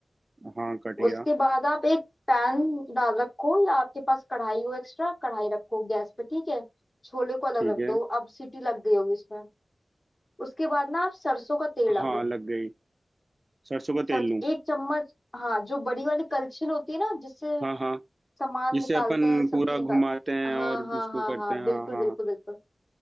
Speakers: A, on the right; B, on the left.
A: हाँ कट गया
B: उसके बाद आप एक पैन डाल रखो या आपके पास कढ़ाई हो एक्स्ट्रा कढ़ाई रखो गैस पे ठीक है छोले को अलग
A: ठीक
B: रख
A: है
B: दो अब सीटी लग गई होगी इसमें उसके बाद ना आप सरसों का तेल डालो
A: हाँ लग गई सरसों का
B: सर
A: तेल लूं
B: एक चम्मच हाँ जो बड़ी वाली कलछिल होती है ना जिससे
A: हाँ हाँ
B: सामान
A: जिससे
B: निकालते
A: अपन
B: हैं सब्जी
A: पूरा
B: निकाल
A: घुमाते हैं
B: हाँ
A: और
B: हाँ
A: उसको
B: हाँ
A: करते
B: हाँ
A: हैं हाँ
B: बिल्कुल
A: हाँ
B: बिल्कुल
A: हाँ
B: बिल्कुल